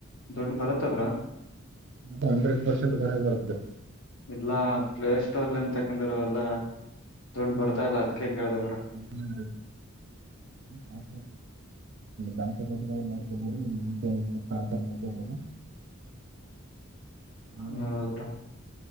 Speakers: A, on the left; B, on the right.
A: ದುಡ್ಡು ಬರುತ್ತಾ ಬ್ರೋ
B: ಹಂಡ್ರೆಡ್ ಪರ್ಸೆಂಟ್ ಬರೆ ಬರುತ್ತಾ
A: ಇಲ್ಲಾ ಪ್ಲೇ ಸ್ಟೋರ್ಲ್ಲಿನ್ ತಕಂದರು ಎಲ್ಲ ದುಡ್ಡು
B: ಹ್ಮಾ
A: ಬರ್ತಾ ಇಲ್ಲ ಅದಕ್ಕೆ ಕೇಳ್ದೆ
B: ಬ್ರೋ ಹ ನಿ ದಾ ಮಾಡ್ಕೊಬೋದುಾನ್ರ್ ಮಾಡ್ಕೊಬೋುದು ಹಾ
A: ಹೌದಾ ಬ್ರೋ